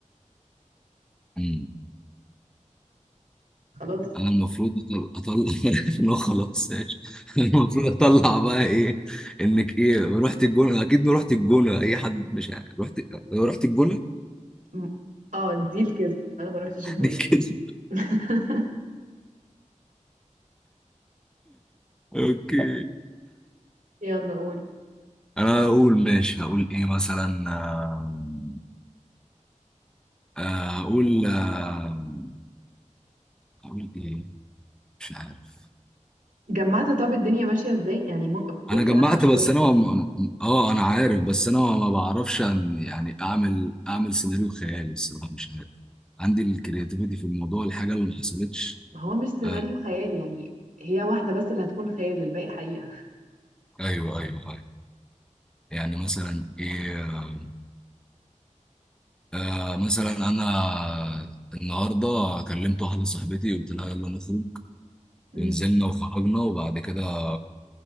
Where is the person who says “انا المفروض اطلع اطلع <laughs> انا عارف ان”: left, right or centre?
Centre